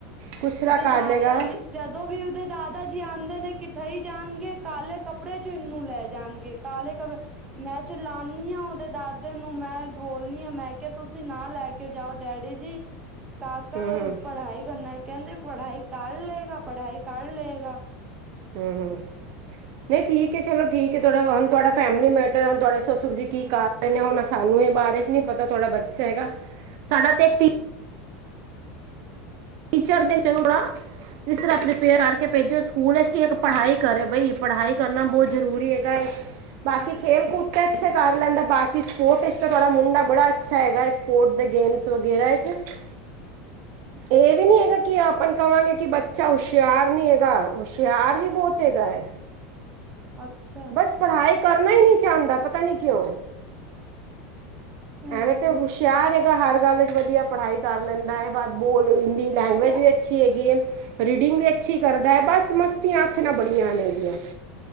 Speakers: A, on the right (about 55°); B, on the right (about 20°).
A: ਕੁਸਰਾ
B: ਉਦੇ
A: ਕਰ
B: ਦਾਦਾ
A: ਲੇਗਾ
B: ਜੀ ਜਦੋਂ ਵੀ ਉਦੇ ਦਾਦਾ ਜੀ ਆਂਦੇ ਨੇ ਕਿ ਥਈ ਜਾਣਗੇ। ਕਾਲੇ ਕੱਪੜੇ ਚ ਇਨੂੰ ਲੈ ਜਾਣਗੇ ਕਾਲੇ ਕੱਪੜੇ ਮੈਂ ਚਲਾਨੀ ਹਾਂ। ਦੇ ਦਾਦੇ ਨੂੰ ਮੈਂ ਬੋਲਣੀ ਆ, ਮੈਂ ਕਿਹਾ ਤੁਸੀਂ ਨਾ ਲੈ ਕੇ ਜਾਓ ਡੈਡੀ ਜੀ। ਕਾਕਾ
A: ਹੂੰ ਹੂੰ
B: ਪੜ੍ਹਾਈ ਕਰਨਾ ਹੈ। ਕਹਿੰਦੇ ਪੜ੍ਹਾਈ ਕਰ ਲਏਗਾ-ਪੜ੍ਹਾਈ ਕਰ ਲਏਗਾ।
A: ਹੂੰ-ਹੂੰ। ਨਹੀਂ ਠੀਕ ਹੈ ਚਲੋ ਠੀਕ ਹੈ ਤੁਹਾਡਾ ਹੁਣ ਤੁਹਾਡਾ ਫੈਮਲੀ ਮੈਟਰ ਹੈ ਹੁਣ ਤੁਹਾਡੇ ਸਸੁਰ ਜੀ ਕੀ ਕਰ ਰਹੇ ਨੇ ਹੁਨ ਸਾ ਇਹ ਬਾਰੇ ਚ ਨਹੀਂ ਪਤਾ ਤੁਹਾਡਾ ਬੱਚਾ ਹੈਗਾ? ਸਾਡਾ ਤੇ <inaudible> ਚੜਦੇ ਚੜਾ। ਇਸ ਤਰ੍ਹਾਂ ਪ੍ਰਪੇਅਰ ਕਰਕੇ ਭੇਜਿਆ ਸਕੂਲ ਵਿੱਚ ਕਿ ਇੱਕ ਪੜ੍ਹਾਈ ਕਰੇ ਬਈ ਪੜ੍ਹਾਈ ਕਰਨਾ ਬਹੁਤ ਜ਼ਰੂਰੀ ਹੈਗਾ। ਬਾਕੀ ਖੇਲ ਕੂਦ ਤੇ ਅੱਛੇ ਕਰ ਲੈਂਦਾ। ਬਾਕੀ ਸਪੋਰਟ ਵਿੱਚ ਤੁਹਾਡਾ ਮੁੰਡਾ ਬੜਾ ਅੱਛਾ ਹੈਗਾ। ਸਪੋਰਟ ਦੇ ਗੇਮਸ ਵਗੈਰਾ ਵਿਚ। ਇਹ ਵੀ ਨੀ ਹੈਗਾ। ਕਿ ਆਪਨ ਕਵਾਂਗੇ, ਕਿ ਬੱਚਾ ਹੁਸ਼ਿਆਰ। ਹੁਸ਼ਿਆਰ ਨੀ ਹੈਗਾ। ਹੁਸ਼ਿਆਰ ਵੀ ਬਹੁਤ ਹੈਗਾ ਹੈ।
B: ਅੱਛਾ
A: ਬਸ ਪੜ੍ਹਾਈ ਕਰਨਾ ਹੀ ਨਹੀਂ ਚਾਹੁੰਦਾ। ਪਤਾ ਨੀ ਕਿਉਂ?
B: ਹੂੰ-ਹੂੰ
A: ਐਵੇਂ ਤੇ ਹੁਸ਼ਿਆਰ ਏ। ਹਰ ਗੱਲ ਚ ਵਧੀਆ ਪੜ੍ਹਾਈ ਕਰ ਲੈਂਦਾ ਹੈ। ਬਸ ਬੋਲ ਹਿੰਦੀ। ਲੈਂਗੁਏਜ
B: ਤੇ
A: ਵੀ ਅੱਛੀ ਹੈਗੀ ਹੈ। ਰੀਡਿੰਗ ਵੀ ਅੱਛੀ ਕਰਦਾ ਹੈ, ਬਸ ਮਸਤੀਆਂ ਅੱਤ ਨਾ ਬੜੀਆਂ ਨੇ ਇਹਦੀਆਂ।